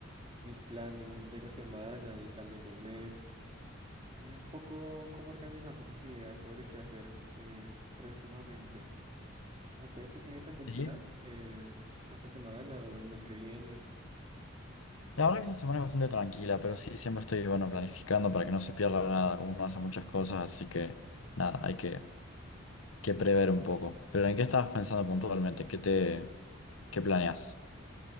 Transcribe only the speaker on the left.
Sí,
La verdad que esta semana es bastante tranquila, pero sí siempre estoy, bueno, planificando para que no se pierda nada. Uno hace muchas cosas, así que nada, hay que, que prever un poco. Pero ¿en qué estabas pensando puntualmente? ¿Qué te, qué planeas?